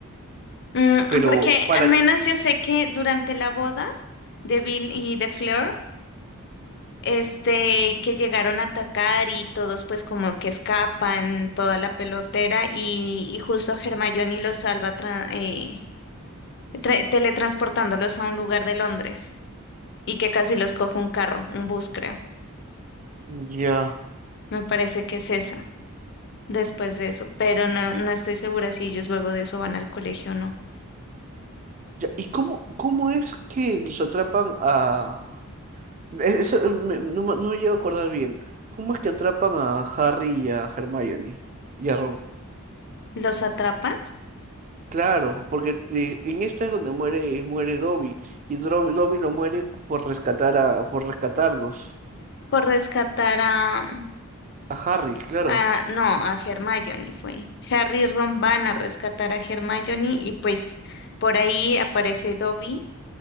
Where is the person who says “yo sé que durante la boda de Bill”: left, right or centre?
Left